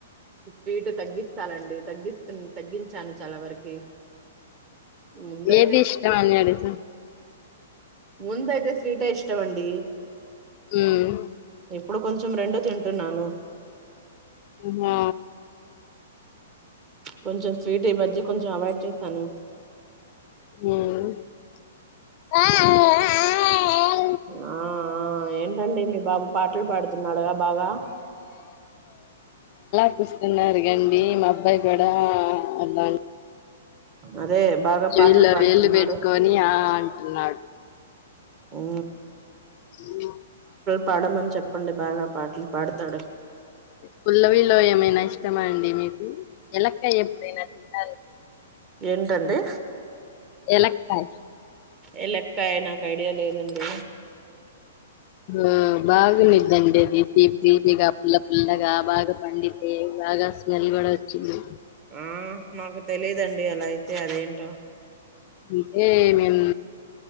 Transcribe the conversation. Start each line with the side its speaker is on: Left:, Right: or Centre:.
Right: స్వీటు తగ్గిస్తాలండి తగ్గిస్తు తగ్గించాను చాలా వరకి ముందయితే
Left: ఏది ఇష్టం అన్ని అడుగుతా-
Right: ముందైతే స్వీటే ఇష్టం అండీ
Left: ఉమ్
Right: ఇప్పుడు కొంచెం రెండూ తింటున్నాను
Left: ఆ
Right: కొంచెం స్వీట్ ఈ మజ్యకొంచెం అవాయిడ్ చేశాను
Left: ఉమ్
Right: ఆ ఏంటండి మీ బాబు పాటలు పాడుతున్నాడుగా బాగా
Left: చపిస్తున్నారు కండి మా అబ్బాయి కూడా అలాా
Right: అదే బాగా పాటలు
Left: ఇల్
Right: పాడుతున్నాడు
Left: ఎళ్ల్ బట్కని ఆ నాట్
Right: ఉ
Left: అ
Right: పాడమని చెప్పండి బాగా పాటలు పాడతాడు
Left: పుల్లవిలో ఏమైనా ఇ ఇష్ట మండి మీకు ఎలక్కాయ ఎప్పుడయిన తిన్నార్
Right: ఏంటండి
Left: ఎలాక్కయి
Right: ఏ లెక్కయ నాకు ఐడియా లేదండి
Left: ఆ బాగుందిద్దండి అది తీీనిగా పుల్ల పుల్లగా బాగా పండితే బాగా స్మెల్ కూడా వచ్చింది
Right: ఆ మాకు తెలిదండి అలా అయితే అదేంటో
Left: అంటే మేము